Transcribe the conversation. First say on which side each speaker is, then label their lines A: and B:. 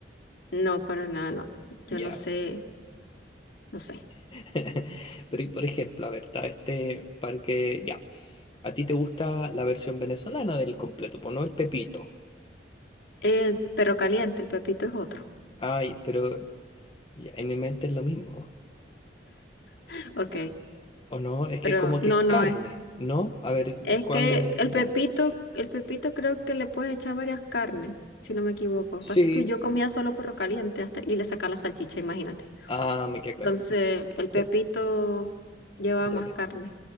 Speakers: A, on the left; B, on the left.
A: No, para nada, no. Yo
B: Ya.
A: no sé, no sé.
B: <laughs> Pero, y por ejemplo, a ver, está este parque, ya. A ti te gusta la versión venezolana del completo, pues no el Pepito.
A: Eh, perro caliente, el pepito es otro.
B: Ay, pero ya, en mi mente es lo mismo.
A: <laughs> Ok.
B: ¿O no? Es que
A: Pero
B: es como
A: no,
B: que es
A: no
B: carne,
A: es.
B: ¿no? A ver, ¿de
A: Es
B: ¿cuál
A: que
B: es?
A: el
B: Dale.
A: pepito, el pepito creo que le puedes echar varias carnes, si no me equivoco.
B: Sí.
A: Pasa es que yo comía solo perro caliente hasta, y le sacaba la salchicha, imagínate.
B: Ah, me queda claro.
A: Entonces,
B: Y-
A: el pepito
B: eh,
A: llevaba
B: dale.
A: más carne.